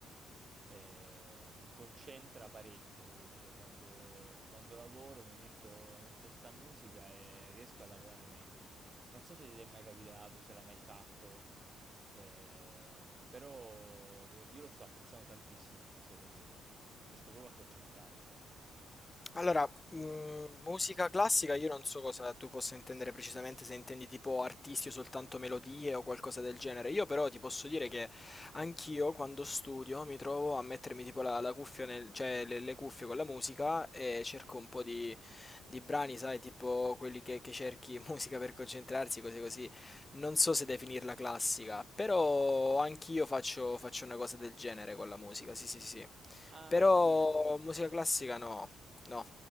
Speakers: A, on the right (about 35°); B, on the left (about 20°).
A: Eh, mi concentra parecchio, devo dire, quando, quando lavoro mi metto, mi metto sta musica e riesco a lavorare meglio. Non so se ti è mai capitato, se l'hai mai fatto, eh, però devo- io lo sto apprezzando tantissimo in questo periodo. Riesco proprio a concentrarmi.
B: Allora, mm, musica classica, io non so cosa tu possa intendere precisamente, se intendi tipo artisti o soltanto melodie o qualcosa del genere. Io però ti posso dire che anch'io quando studio mi trovo a mettermi tipo la, la cuffia nel- cioè le, le cuffie con la musica e cerco un po' di, di brani, sai, tipo quelli che, che cerchi <laughs> musica per concentrarsi, cose così. Non so se definirla classica, però anch'io faccio, faccio una cosa del genere con la musica, sì, sì, sì. sì.
A: Ah,
B: Però
A: ho capito.
B: musica classica no. No.